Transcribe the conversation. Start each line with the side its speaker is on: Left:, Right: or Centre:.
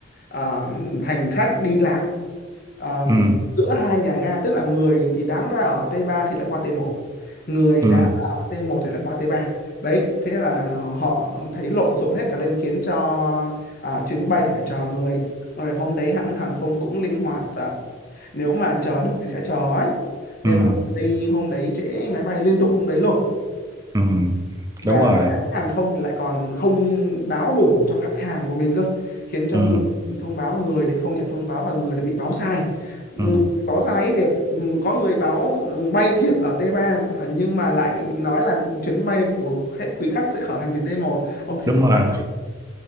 Left: à, hành khách đi lạc Ờ,
Right: ừ,
Left: giữa hai nhà ga tức là người thì đáng ra ở T3 thì lại qua T1 người
Right: ừ,
Left: đáng ở T1 thì lại qua T3 đấy thế nên là họ thấy lộn xộn hết cả lên khiến cho à, chuyến bay thì phải chờ người mà về hôm đấy hãng hàng không cũng linh hoạt à, nếu mà chờ được thì sẽ chờ ấy nên
Right: ừ,
Left: là đi hôm đấy trễ máy bay liên tục hôm đấy luôn
Right: ừ, ừ.
Left: và
Right: đúng
Left: hãng
Right: rồi
Left: hàng không thì lại còn không báo đủ cho khách hàng của mình cơ khiến cho
Right: ừ,
Left: người thông báo người thì không nhận thông báo và người thì bị báo sai Người
Right: ừ,
Left: bị báo sai ấy thiệt ừm, có người báo bay thiệt ở t ba ờ, nhưng mà lại nói là chuyến bay của khách, quý khách sẽ khởi hành từ t một ông thấy
Right: đúng
Left: được
Right: rồi